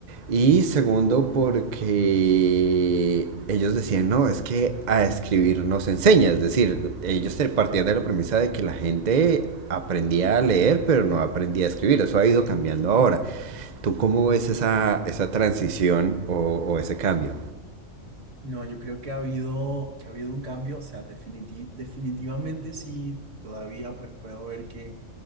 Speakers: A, on the right; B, on the right.
A: y segundo, porque ellos decían, no, es que a escribir no se enseña. Es decir, ellos te- partían de la premisa de que la gente aprendía a leer, pero no aprendía a escribir. Eso ha ido cambiando ahora. ¿Tú cómo ves esa, esa transición o, o ese cambio?
B: No, yo creo que ha habido, que ha habido un cambio, o sea, definiti- definitivamente sí, todavía pues puedo ver que